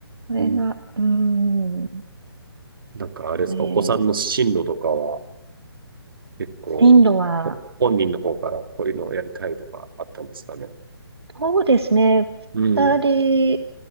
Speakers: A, on the right (about 75°); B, on the right (about 60°).
A: これが、
B: ん。
A: うん、
B: なんかあれですか、
A: ね、
B: お子さんの進路とかは結構、
A: 進路は、
B: ほ本人の方からこういうのをやりたいとかあったんですかね。
A: そうですね。
B: うん。
A: 二人、